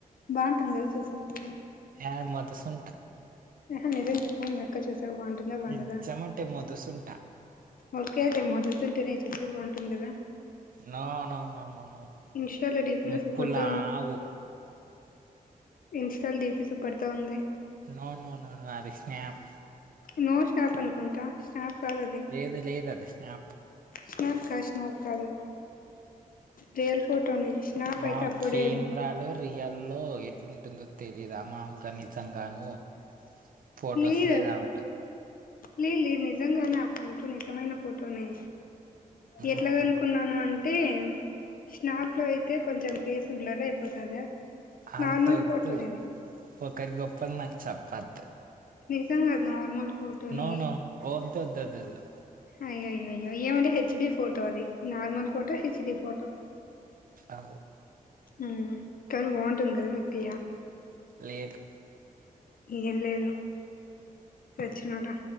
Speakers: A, on the left; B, on the right.
A: బాగుంటుంది కదా చూసేకి
B: ఏ మొద్దుసుంట
A: ఎహే నిజం చెప్పు మీ అక్క చూసేకి బాగుంటుందా బాగుండదా
B: నిజమంటే మొదుసుంట
A: ఓకే లే మొద్దుసుంటనీ చూస్తే బాగుంటుంది కదా
B: no now now now now
A: ఇన్స్టాలో డీపీలో
B: ముక్కులావు
A: సూపర్తో ఇన్స్టాల్ డిపిస్ పెడతా ఉంది
B: నో నో నో నో అది స్నాప్
A: నో స్నాప్ అనుకుంటా స్నాప్ కాదది
B: లేదు లేదు అది స్నాప్
A: స్నాప్ కాద్ స్నాప్ కాదు రియల్ ఫోటోనే స్నాప్
B: మా
A: అయితే అప్పుడేం
B: కెమ్రాలో రీయాల్లో ఎట్లుంటుందో తెలియదా అ మామల్గా నిజంగాను ఫొటోస్లో
A: తేలిదది
B: ఎలా ఉంటుంది
A: లేద్ లేదు నిజంగానే ఆ ఫోటో నిజమైన ఫోటోనే ఎట్లగనుక్కున్నాను
B: నో నో
A: అంటే స్నాప్ లో అయితే కొంచెం ఫేస్ బ్లర్ అయిపోతదా
B: అంత
A: నార్మల్
B: వద్దు
A: ఫోటోనే అది
B: ఒకరి గొప్పల్ నాక్ చెప్పద్
A: నిజంగా అద్ నార్మల్ ఫోటోనే
B: నో నో వద్దు వద్దు వద్దు వద్దు.
A: అయ్యయ్యయ్యో ఏమంటే హెచ్ డి ఫోటో అది normal photo H D photo
B: ఔ
A: ఉమ్ తను బాగుంటుంది కదా నిత్య
B: లేదు
A: ఏం లేదు సచ్చినోడా